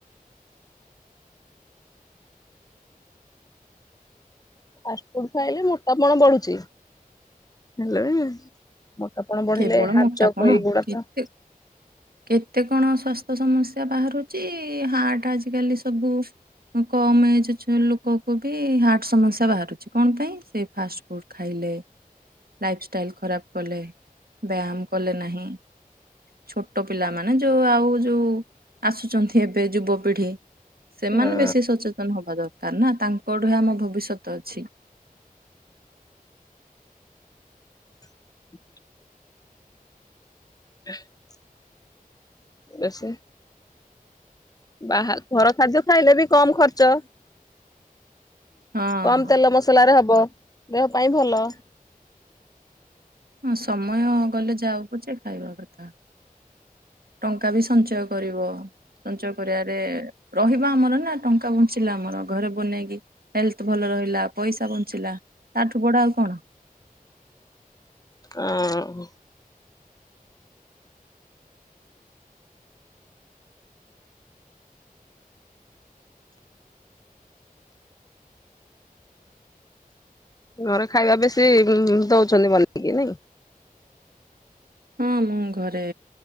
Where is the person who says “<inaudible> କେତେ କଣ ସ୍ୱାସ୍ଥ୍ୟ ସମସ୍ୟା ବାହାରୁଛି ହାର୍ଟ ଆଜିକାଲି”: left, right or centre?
Right